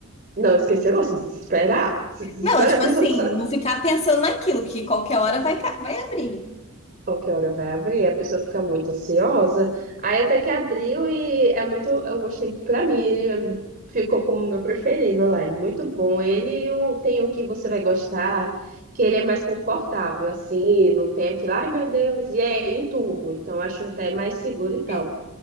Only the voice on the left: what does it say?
Não, tipo
assim,
não ficar pensando naquilo, que qualquer hora vai, ca- vai abrir.
É.